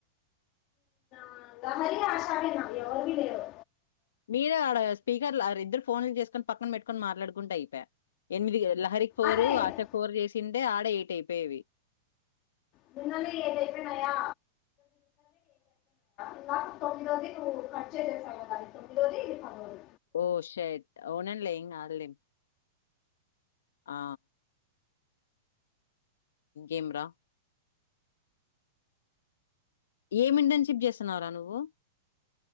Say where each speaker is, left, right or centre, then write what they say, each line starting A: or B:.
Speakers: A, on the left (about 30°); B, on the left (about 80°).
A: ఆ దమరి ఆషానే ఎవరివి లేవు
B: మీరే ఆడ స్పీకర్ల ఆ ఇద్దరు ఫోన్లు చేసుకొని పక్కన పెట్టుకొని మాట్లాడుకుంటే అయిపయే ఎనిమిది లహరి ఫోరు
A: అదే ఇంకా
B: ఆశ ఫోర్ చేసింటే ఆడే ఎయిట్ అయిపోయేవి
A: నిన్ననే ఏడైపోయినాయా ఇంకా తొమ్మిదోది నువ్వు కట్చచేసేసావవ్ కదా అది తొమ్మిదోది ఇది పదోది
B: ఓషట్ అవునాన్లే ఏం కాదు లే ఆ ఇంకేంరా ఏమి ఇంటర్న్షిప్ చేస్తున్నావుర నువ్వు